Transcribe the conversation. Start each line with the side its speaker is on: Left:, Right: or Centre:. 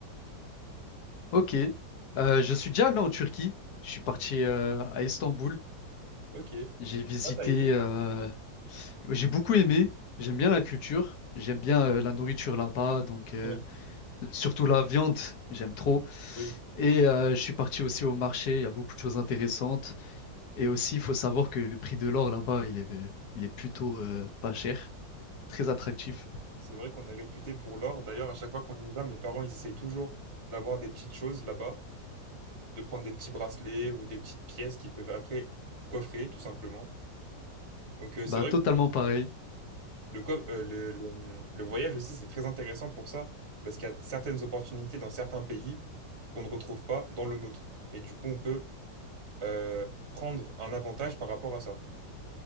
Left: Ok. Euh, je suis déjà allé en Turquie. Je suis parti euh, à Istanbul.
Right: Ok. Ouais,
Left: J'ai visité
Right: t'as aimé?
Left: euh, j'ai beaucoup aimé, j'aime bien la culture, j'aime bien euh, la nourriture là-bas, donc euh,
Right: Ouais.
Left: surtout la viande, j'aime trop.
Right: Oui.
Left: Et euh, je suis parti aussi au marché, il y a beaucoup de choses intéressantes. Et aussi, il faut savoir que le prix de l'or là-bas, il est, il est plutôt euh, pas cher, très attractif.
Right: C'est vrai qu'on est réputé pour l'or. D'ailleurs, à chaque fois qu'on y va, mes parents, ils essayent toujours d'avoir des petites choses là-bas, de prendre des petits bracelets ou des petites pièces qu'ils peuvent après coffrer, tout simplement. Donc, euh,
Left: Bah,
Right: c'est vrai
Left: totalement
Right: que
Left: pareil.
Right: le, co- euh, le, le- le voyage aussi, c'est très intéressant pour ça, parce qu'il y a certaines opportunités dans certains pays qu'on ne retrouve pas dans le nôtre. Et du coup, on peut euh, prendre un avantage par rapport à ça.